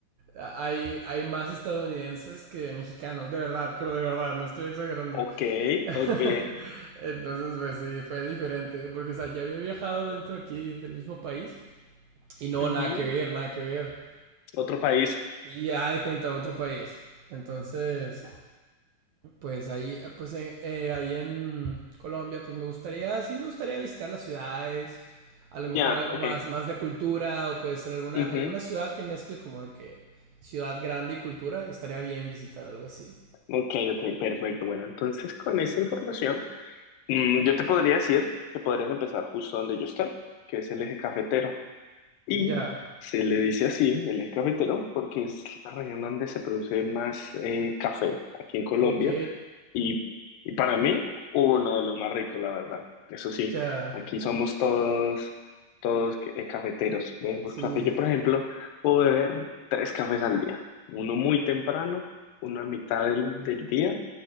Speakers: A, on the right; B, on the left.
A: a- hay, hay más estadounidenses que mexicanos, de verdad, pero de verdad, no estoy exagerando.
B: Ok,
A: <laughs>
B: ok.
A: Entonces, pues sí, fue diferente, porque, o sea, ya había viajado dentro aquí del mismo país y no,
B: Ujú.
A: nada que ver, nada que ver.
B: Otro país.
A: Y ya de cuenta, otro país. Entonces, pues ahí, pues eh, eh, ahí en Colombia, pues me gustaría, sí me gustaría visitar las ciudades, a lo
B: Ya,
A: mejor algo
B: ok.
A: más, más de cultura, o puede ser alguna,
B: Ujú.
A: alguna ciudad que mezcle como de que ciudad grande y cultura, estaría bien visitar algo así.
B: Ok, ok, perfecto. Bueno, entonces con esa información, mm, yo te podría decir que podrías empezar justo donde yo estoy, que es el eje cafetero. Y
A: Ya,
B: se le dice así, el eje cafetero, porque es la región donde se produce más eh, café aquí en Colombia.
A: ok,
B: Y, y para mí, uno de los más ricos, la verdad. Eso sí,
A: ya,
B: aquí somos todos, todos que- eh, cafeteros. Bebemos
A: sí,
B: café. Yo, por ejemplo, puedo beber tres cafés al día. Uno muy temprano, uno a mitad del, del día